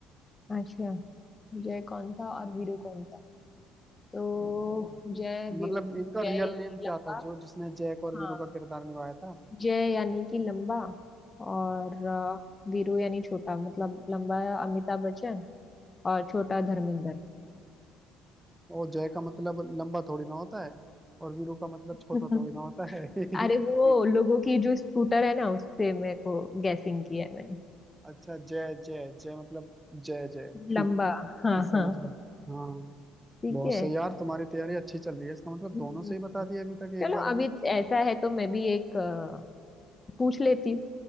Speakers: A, on the left (about 25°); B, on the right (about 15°).
A: अच्छा जय कौन था और वीरू कौन था तो जय वीरू
B: मतलब इनका
A: जय
B: रियल
A: यानी
B: नेम क्या
A: लंबा
B: था जो जिसने जय और
A: हाँ
B: वीरू का किरदार निभाया था
A: जय यानी कि लंबा और अ, वीरू यानी छोटा मतलब लंबा अमिताभ बच्चन और छोटा धर्मेंद्र
B: वो जय का मतलब लंबा थोड़ी ना होता है और वीरू का मतलब छोटा
A: <laughs>
B: थोड़ी ना होता है
A: अरे वो लोगों
B: <laughs>
A: की जो स्कूटर है ना उससे मेरे को गैसिंग किया है मैंने
B: अच्छा जय जय जय मतलब जय जय
A: लंबा
B: <laughs>
A: हाँ
B: समझ
A: हाँ
B: गए हाँ
A: ठीक
B: बहुत
A: है
B: सही यार तुम्हारी तैयारी अच्छी चल रही है इसका मतलब
A: हम्म,
B: दोनों से ही बता दिया अभी तक
A: चलो
B: एक बार
A: अभी
B: में
A: ऐसा है तो मैं भी एक अ, पूछ लेती हूँ